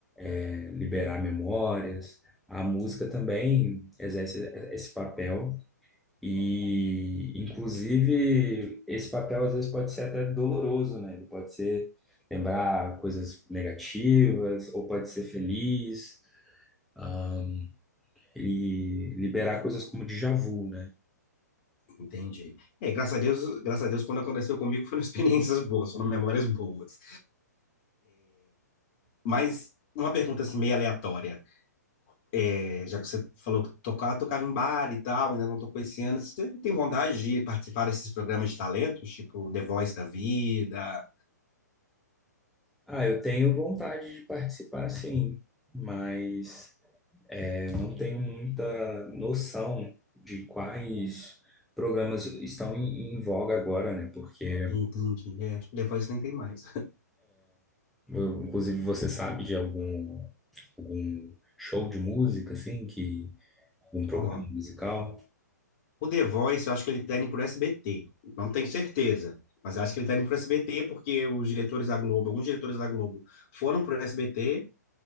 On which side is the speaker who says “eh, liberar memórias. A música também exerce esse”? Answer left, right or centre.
Centre